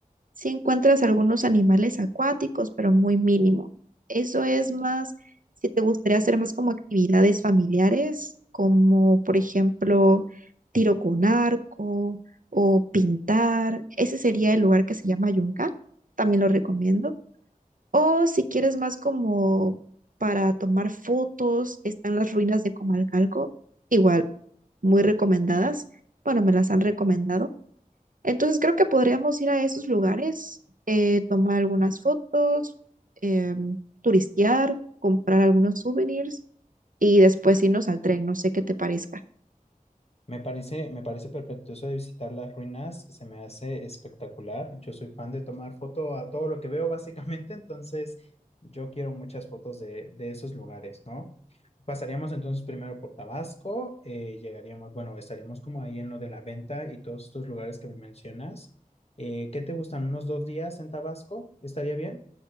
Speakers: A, on the right (about 65°); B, on the left (about 45°).
A: Si encuentras algunos animales acuáticos, pero muy mínimo. Eso es más, si te gustaría hacer más como actividades familiares, como por ejemplo tiro con arco o pintar, ese sería el lugar que se llama Yunga, también lo recomiendo. O si quieres más como para tomar fotos, están las ruinas de Comalcalco, igual, muy recomendadas. Bueno, me las han recomendado. Entonces creo que podríamos ir a esos lugares, eh, tomar algunas fotos, em, turistear, comprar algunos souvenirs y después irnos al tren. No sé qué te parezca.
B: Me parece, me parece perfecto eso de visitar las ruinas, se me hace espectacular. Yo soy fan de tomar foto a todo lo que veo, básicamente, entonces yo quiero muchas fotos de, de esos lugares, ¿no? Pasaríamos entonces primero por Tabasco, eh, llegaríamos, bueno, estaríamos como ahí en lo de la venta y todos estos lugares que me mencionas. Eh, ¿qué te gustan? ¿Unos dos días en Tabasco? ¿Estaría bien?